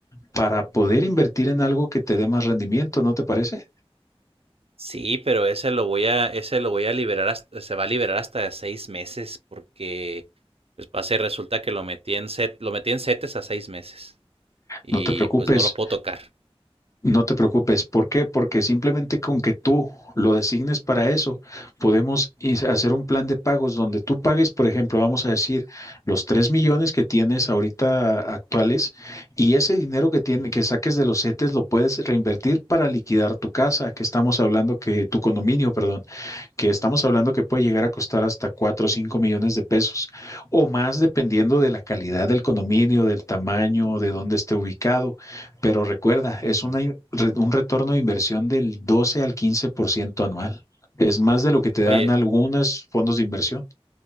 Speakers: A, on the left; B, on the right.
A: para poder invertir en algo que te dé más rendimiento, ¿no te parece?
B: Sí, pero ese lo voy a, ese lo voy a liberar hasta- se va a liberar hasta seis meses, porque pues pase, resulta que lo metí en set, lo metí en setes a seis meses. Y
A: No te preocupes,
B: pues no lo puedo tocar.
A: No te preocupes. ¿Por qué? Porque simplemente con que tú lo designes para eso, podemos is- hacer un plan de pagos donde tú pagues, por ejemplo, vamos a decir, los 3 millones que tienes ahorita actuales y ese dinero que tiene,
B: Ujú,
A: que saques de los CETES lo puedes reinvertir para liquidar tu casa, que estamos hablando que tu condominio, perdón que estamos hablando que puede llegar a costar hasta 4 o 5 millones de pesos o más dependiendo de la calidad del condominio, del tamaño, de dónde esté ubicado. Pero recuerda, es
B: ujú.
A: una, in- re- un retorno de inversión del 12 al 15% anual. Es más de lo que te dan
B: Oye,
A: algunos fondos de inversión.